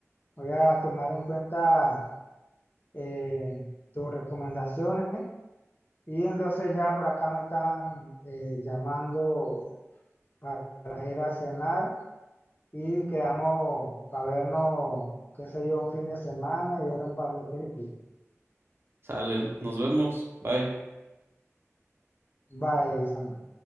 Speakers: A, on the left; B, on the right.
A: voy a tomar en cuenta eh, tus recomendaciones y entonces ya por acá me están eh, llamando para ir a cenar. y quedamos para vernos, qué sé yo, un fin de semana y ver un par de películas.
B: Sale, nos vemos, bye.
A: Bye, Samuel.